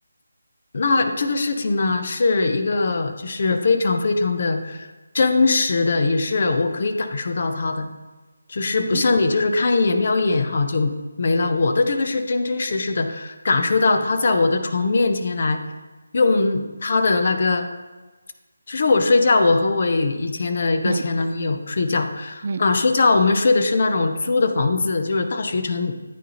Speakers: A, on the left; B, on the right.
A: 那这个事情呢，是一个就是非常非常的真实的，也是我可以感受到它的。就是不像你，
B: 嗯哼，
A: 就是看一眼瞄一眼哈就没了。我的这个是真真实实的感受到他在我的床面前来用他的那个，就是我睡觉，我和我以前的一个前男友睡觉啊，
B: 嗯嗯
A: 睡觉我们睡的是那种租的房子，就是大学城